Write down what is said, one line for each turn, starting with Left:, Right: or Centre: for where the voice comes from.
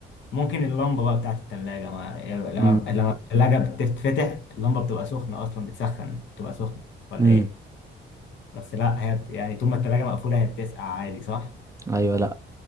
Left: ممكن اللمبه بقى بتاعت التلاجة ما لما
Right: امم
Left: لما التلاجة بتتفتح اللمبه بتبقى سخنه اصلا بتسخن بتبقى سخنه ولا
Right: امم
Left: ايه بس لا هي بت... يعني طول ما التلاجة مقفوله هي بتسقع عادي صح
Right: ايوه لا